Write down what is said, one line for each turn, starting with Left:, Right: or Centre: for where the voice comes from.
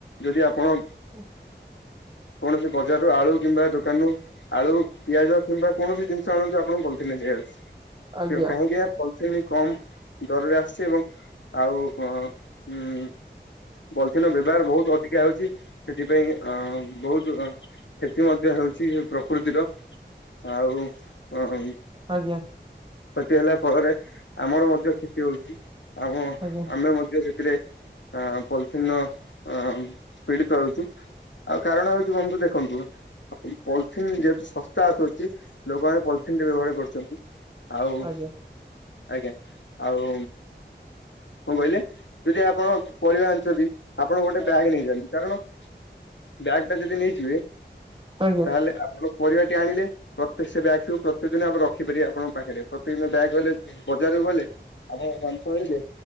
Left: ଯଦି ଆପଣ
Right: ଉଁ
Left: କୌଣସି ବଜାର ରୁ ଆଳୁ କିମ୍ବା ଦୋକାନରୁ ଆଳୁ ପିଆଜ କିମ୍ବା କୌଣସି ଜିନିଷ ଆଣନ୍ତୁ ଆପଣଙ୍କୁ ପଲଥିନରେ ଦିଆଯାଉଛି।
Right: ଆଜ୍ଞା ଆଜ୍ଞା
Left: କାହିଁକି ନା ପଲିଥିନ୍ କମ ଦରରେ ଆସୁଛି ଏବଂ ଆଉ ଅ ହୁଁ ପଲିଥିନର ବ୍ୟବହାର ବହୁତ ଅଧିକା ହେଉଛି ସେଥିପାଇଁ ଅ ବହୁତ କ୍ଷତି ମଧ୍ୟ ହେଉଛି ପ୍ରକୃତିର ଆଉ ଉଁ
Right: ଆଜ୍ଞା
Left: କ୍ଷତି ହେଲା ଫଳରେ ଆମର ମଧ୍ୟ କ୍ଷତି ହଉଛି। ଆମ
Right: ଆଜ୍ଞା।
Left: ଆମେ ମଧ୍ୟ ସେଥିରେ ଅ ପଲିଥିନର ଆ -ପୀଡ଼ିତ ହେଉଛୁ। ଆଉ କାରଣ ହଉଛି ବନ୍ଧୁ ଦେଖନ୍ତୁ ଆପଣ ପଲିଥିନ୍ ଯେହେତୁ ଶସ୍ତା ଆସୁଅଛି ଲୋକମାନେ ପଲିଥିନ୍ଟି ବ୍ୟବହାର କରୁଛନ୍ତି। ଆଉ
Right: ଆଜ୍ଞା
Left: ଆଜ୍ଞା ଆଉ କଣ କହିଲେ ଯଦି ଆପଣ ପରିବା ଆଣୁଛନ୍ତି ଆପଣ ଗୋଟେ ବ୍ୟାଗ୍
Right: ଆଜ୍ଞା।
Left: ନେଇଛନ୍ତି କାରଣ ବ୍ୟାଗ୍ ଟା ଯଦି ନେଇଯିବେ
Right: ଆଜ୍ଞା ଆଜ୍ଞା
Left: ତାହେଲେ ଆପଣ ପରିବାଟି ଆଣିଲେ ପ୍ରତେକ ସେ ବ୍ୟାଗଟିକୁ ପ୍ରତ୍ୟେକ ଦିନ ଆମେ ରଖିପାରିବା ଆପଣଙ୍କ ପାଖରେ ପ୍ରତ୍ୟେକ ଦିନ ବ୍ୟାଗ୍ ହେଲେ ବଜାରକୁ ଗଲେ ଆମ ମାଂସ ଆଣିଲେ